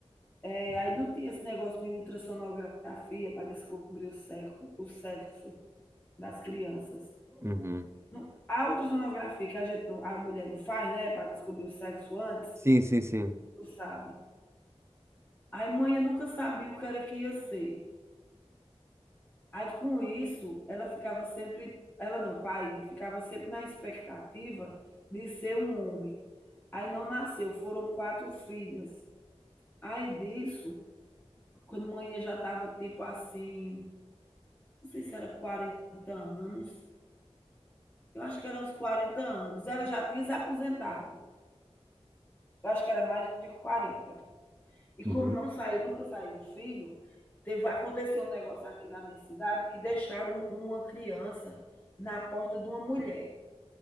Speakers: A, on the left; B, on the right.
A: é, aí não tinha esse negócio de ultrassonografia para descobrir o sexo, o sexo das crianças.
B: Uhum.
A: Não, há ultrassonografia que a, gente não- a mulher não faz, né? Para descobrir o sexo antes,
B: Sim, sim, sim.
A: tu sabe. Aí mãe eu nunca sabia o que era que ia ser. Aí com isso, ela ficava sempre, ela não, pai, ficava sempre na expectativa de ser um homem. Aí não nasceu, foram quatro filhas. Aí disso, quando mãe já estava tipo assim, não sei se era 40 anos, eu acho que eram uns 40 anos. Ela já tinha se aposentado. Eu acho que era mais de quarenta E como
B: Uhum.
A: não saiu, nunca saiu o filho, teve, aconteceu um negócio aqui na minha cidade que deixaram um, uma criança na porta de uma mulher.